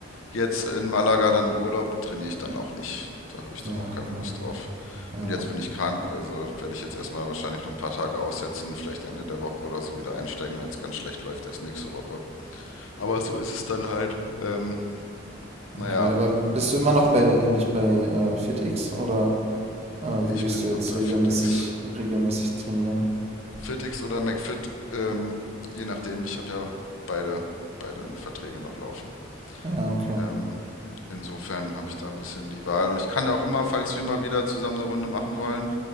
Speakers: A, on the left; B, on the right.
A: jetzt in Malaga dann im Urlaub trainiere ich dann auch nicht. Da habe ich dann
B: Ja,
A: auch keine
B: okay.
A: Lust drauf.
B: Ja,
A: Und jetzt bin ich krank, also werde ich jetzt erstmal wahrscheinlich noch ein paar Tage aussetzen, vielleicht Ende der Woche oder so wieder einsteigen, wenn es ganz schlecht läuft, erst nächste Woche. Aber so ist es dann halt. Ähm, naja,
B: okay. Aber bist du immer noch bei eigentlich bei äh, FitX oder äh, wo
A: ich
B: gehst
A: bin
B: du jetzt
A: noch bei
B: regelmäßig,
A: Fitix.
B: regelmäßig trainieren?
A: Fitix oder McFit, ähm, je nachdem, ich habe ja beide, beide Verträge noch laufen.
B: Ja, okay.
A: Ähm, insofern habe ich da ein bisschen die Wahl. Und ich kann ja auch immer, falls wir mal wieder zusammen eine Runde machen wollen,